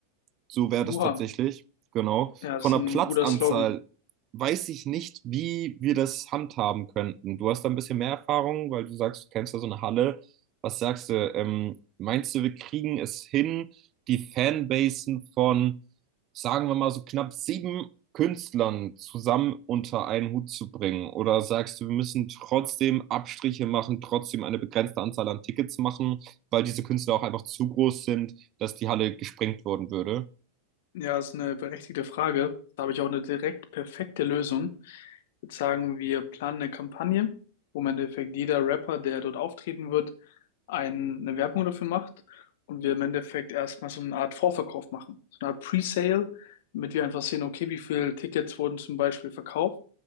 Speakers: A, on the right (about 35°); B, on the left (about 55°).
A: So wäre das
B: Oha,
A: tatsächlich. Genau.
B: ja, das
A: Von
B: ist
A: der
B: ein
A: Platzanzahl
B: guter Slogan.
A: weiß ich nicht, wie wir das handhaben könnten. Du hast da ein bisschen mehr Erfahrung, weil du sagst, du kennst da so eine Halle. Was sagst du? Ähm, meinst du, wir kriegen es hin, die Fanbasen von, sagen wir mal, so knapp sieben Künstlern zusammen unter einen Hut zu bringen? Oder sagst du, wir müssen trotzdem Abstriche machen, trotzdem eine begrenzte Anzahl an Tickets machen, weil diese Künstler auch einfach zu groß sind, dass die Halle gesprengt worden würde?
B: Ja, ist eine berechtigte Frage. Da habe ich auch eine direkt perfekte Lösung. Jetzt sagen, wir planen eine Kampagne, wo im Endeffekt jeder Rapper, der dort auftreten wird, ein, eine Werbung dafür macht und wir im Endeffekt erstmal so eine Art Vorverkauf machen, so eine Art Pre-Sale, damit wir einfach sehen, okay, wie viele Tickets wurden zum Beispiel verkauft